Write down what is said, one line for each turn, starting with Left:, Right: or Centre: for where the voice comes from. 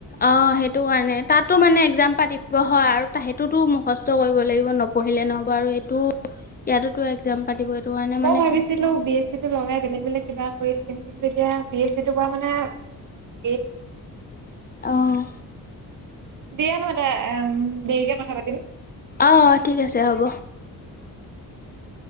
Left: অ সেইটো কাৰণে তাতো মানে একজাম পাতিব হয় আৰু সেইটোতো মুখস্থ কৰিব লাগিব ন- পঢ়িলে নহ'ব আৰু এইটো ইয়াতোতো একজাম পাতিব। কাৰণে
Right: মই
Left: মানে
Right: ভাবিছিলো বি এছ চি টো লগাই বেলেগ বেলেগ কিবা কৰি- কিন্তু এতিয়া পি এছ চি তৰ পৰা মানে --
Left: আহ
Right: দিয়া নহলে দে উম দেৰিকে কথা পাতিম
Left: অঁ ঠিক আছে হ'ব।